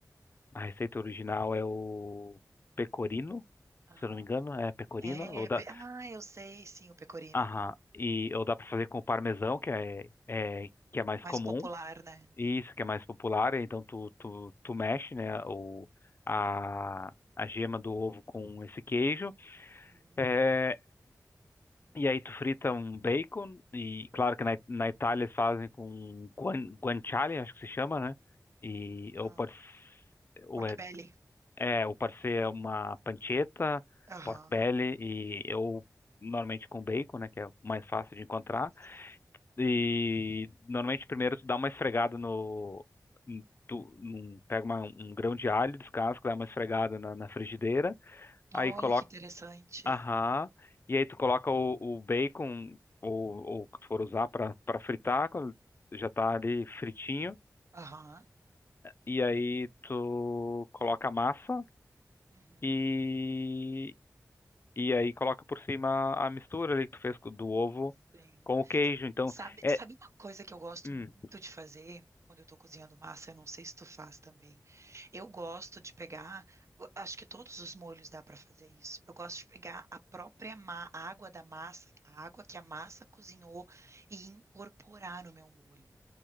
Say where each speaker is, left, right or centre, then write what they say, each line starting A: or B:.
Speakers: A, on the left; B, on the right.
A: A receita original é o pecorino,
B: aham.
A: se eu não me engano, é pecorino.
B: É,
A: Ou dá,
B: pe- ah, eu sei, sim, o pecorino.
A: aham, e, ou dá para fazer com parmesão, que é, é, que é mais
B: Mais
A: comum.
B: popular, né?
A: e Isso, que é mais popular. Então tu, tu, tu mexe, né, o, a, a gema do ovo com esse queijo.
B: Uhum.
A: É, E aí tu frita um bacon, e claro que na, na Itália eles fazem com guan, guanciale, acho que se chama, né? E
B: Ah,
A: ou pode s- ou
B: pork
A: é,
B: belly.
A: é, ou pode ser uma pancetta,
B: Aham,
A: pork belly e eu normalmente com bacon, né, que é o mais fácil de encontrar.
B: sim.
A: E normalmente primeiro tu dá uma esfregada no em- tu num- pega uma- um grão de alho, descasca, dá uma esfregada na na frigideira. Aí
B: Olha
A: coloca
B: que interessante.
A: Aham. E aí tu coloca o, o bacon ou ou o que tu for usar para para fritar, quando já tá ali fritinho.
B: Aham.
A: E aí tu coloca a massa
B: Uhum.
A: e e aí coloca por cima a mistura ali que tu fez co- do ovo
B: Sim.
A: com o queijo. Então
B: Sabe,
A: é
B: sabe uma coisa que eu gosto
A: hum,
B: muito de fazer quando eu estou cozinhando massa? Eu não sei se tu faz também. Eu gosto de pegar, eu acho que todos os molhos dá para fazer isso. Eu gosto de pegar a própria ma- a água da massa, a água que a massa cozinhou e incorporar no meu molho.